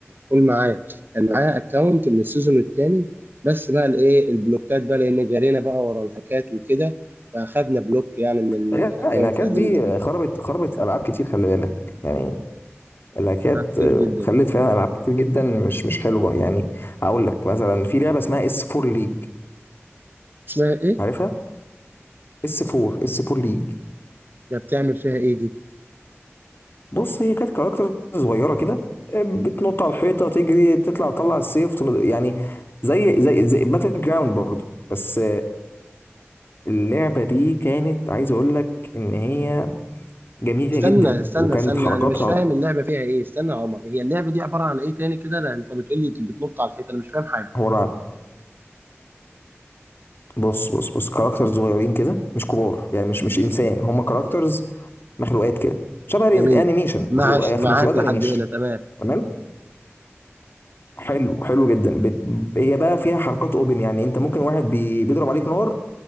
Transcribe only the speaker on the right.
قول معايا كان معايا اكونت من السيزون الثاني بس بقى الايه البلوكات بقى لان جرينا بقى ورا الهاكات وكده فاخدنا بلوك يعني من الاكونت
القديم
ده
آه كتير
جدا
اسمها ايه
ده بتعمل فيها ايه دي
استنى
استنى
استنى
انا مش فاهم اللعبه فيها ايه استنى يا عمر هي اللعبه دي عباره عن ايه تاني كده لا انت بتقول لي بتنط على الحيطه انا مش فاهم حاجه
جميل ماشي
معاك
لحد
هنا تمام